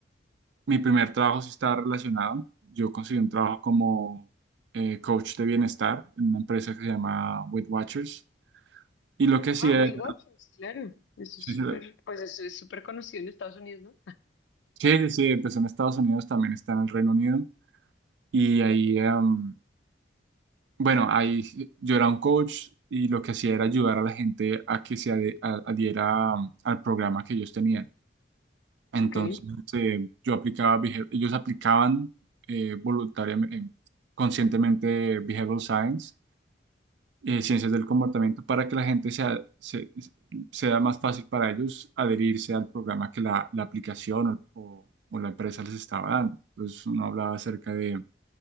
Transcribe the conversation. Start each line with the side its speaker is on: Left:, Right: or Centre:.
Right: Mi primer trabajo sí estaba relacionado. Yo conseguí un trabajo como eh, coach de bienestar en una empresa que se llama Weight Watchers. Y lo que hacía
Left: Ah, Weight
Right: era,
Left: Watchers, claro. Eso
Right: sí,
Left: es súper,
Right: sí,
Left: pues eso es súper conocido en Estados Unidos, ¿no?
Right: sí, sí, sí, empezó en Estados Unidos, también está en el Reino Unido. Y
Left: Ya.
Right: ahí, em, bueno, ahí yo era un coach y lo que hacía era ayudar a la gente a que se ade- a- adhiera um, al programa que ellos tenían. Entonces,
Left: Ok,
Right: eh, yo aplicaba, behav- ellos aplicaban eh, voluntariamente, conscientemente behavioral science eh, ciencias del comportamiento para que la gente sea, se- sea más fácil para ellos adherirse al programa que la, la aplicación o, o- o la empresa les estaba dando. Entonces uno hablaba acerca de